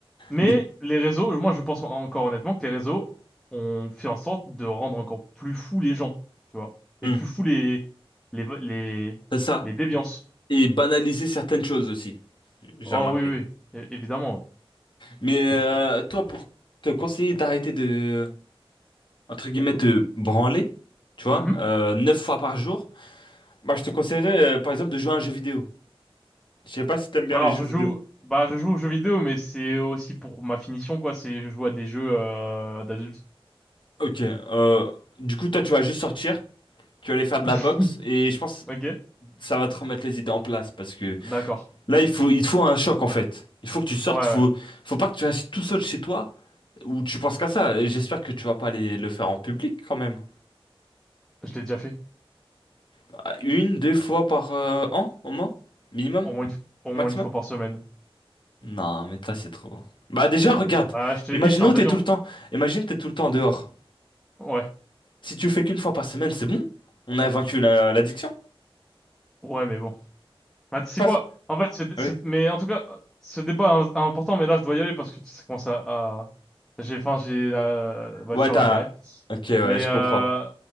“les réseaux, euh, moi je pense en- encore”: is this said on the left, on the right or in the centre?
Centre